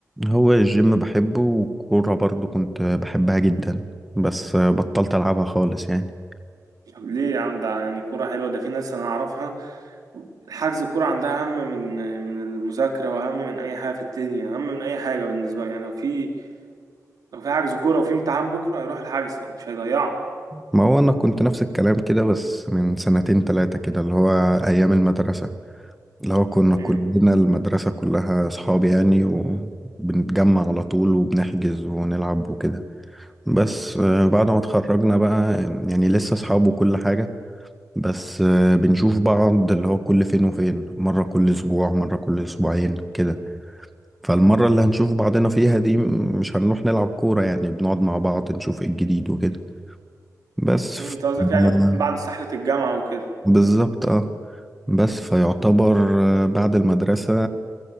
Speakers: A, in the centre; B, on the right.
A: هو الجيم بحبه والكورة برضو كنت بحبها جدا بس آه، بطلت العبها خالص يعني
B: طب ليه يا عم ده يعني كورة حلوة ده في ناس أنا أعرفها حجز الكورة عندها أهم من من المذاكرة وأهم من أي حاجة في الدنيا أهم من أي حاجة بالنسبة لي يعني لو في لو في حجز كورة وفي امتحان بكرة هيروح الحجز يعني مش هيضيعه
A: ما هو انا كنت نفس الكلام كده بس من سنتين تلاتة كده اللي هو ايام المدرسة اللي هو كنا كلنا
B: أمم.
A: المدرسة كلها اصحاب يعني وبنتجمع على طول وبنحجز ونلعب وكده بس آه، بعد ما اتخرجنا بقى يعني لسه اصحاب وكل حاجة بس آه، بنشوف بعض اللي هو كل فين وفين مرة كل اسبوع مرة كل اسبوعين كده فالمرة اللي هنشوف بعضنا فيها دي مش هنروح نلعب كورة يعني بنقعد مع بعض نشوف ايه الجديد وكده بس
B: أمم،
A: ف...
B: أنت قصدك يعني
A: آه،
B: بعد سحلة الجامعة وكده
A: بالظبط اه بس فيعتبر آه، بعد المدرسة